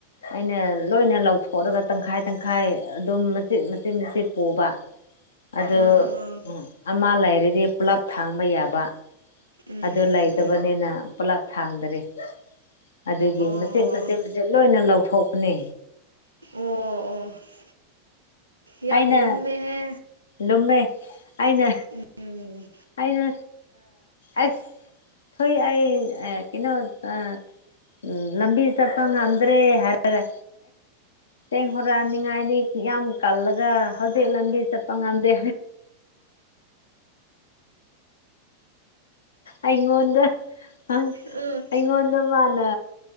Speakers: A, on the left (about 65°); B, on the right (about 80°).
A: ꯑꯩꯅ ꯂꯣꯏꯅ ꯂꯧꯊꯣꯛꯑꯒ ꯇꯪꯈꯥꯏ ꯇꯪꯈꯥꯏ ꯑꯗꯨꯝ ꯃꯆꯦꯠ ꯃꯆꯦꯠ ꯃꯆꯦꯠ ꯄꯨꯕ ꯑꯗꯨ
B: ꯑꯥ ꯑꯥ
A: ꯑꯃ ꯂꯩꯔꯗꯤ ꯄꯨꯂꯞ ꯊꯥꯡꯕ ꯌꯥꯕ
B: ꯎꯝ
A: ꯑꯗꯨ
B: ꯎꯝ
A: ꯂꯩꯇꯕꯅꯤꯅ
B: ꯎꯝ
A: ꯄꯨꯂꯞ ꯊꯥꯡꯗꯔꯦ ꯑꯗꯨꯒꯤ
B: ꯑꯣ
A: ꯃꯆꯤꯠ ꯃꯆꯤꯠ ꯃꯆꯤꯠ ꯃꯆꯤꯠ ꯂꯣꯏꯅ ꯂꯧꯊꯣꯛꯄꯅꯦ
B: ꯑꯣ ꯑꯣ ꯌꯥꯝ
A: ꯑꯩꯅ
B: ꯂꯨꯝꯃꯦꯍꯦ
A: ꯂꯨꯝꯃꯦ ꯑꯩꯅ
B: ꯎꯝ
A: ꯑꯩꯅ ꯑꯁ ꯍꯣꯏ ꯑꯩ ꯑꯥ ꯀꯩꯅꯣ ꯑꯥ ꯎꯝ ꯂꯝꯕꯤ ꯆꯠꯄ ꯉꯝꯗ꯭ꯔꯦ ꯍꯥꯏꯔꯒ ꯆꯦꯡ ꯍꯨꯔꯥꯅꯤꯡꯉꯥꯏꯗꯤ ꯌꯥꯝ ꯀꯜꯂꯒ ꯍꯧꯖꯤꯛ ꯂꯝꯕꯤ ꯆꯠꯄ ꯉꯝꯗꯦ ꯑꯩꯉꯣꯟꯗ ꯑꯥꯡ
B: ꯎꯝ
A: ꯑꯩꯉꯣꯟꯗ ꯃꯥꯅ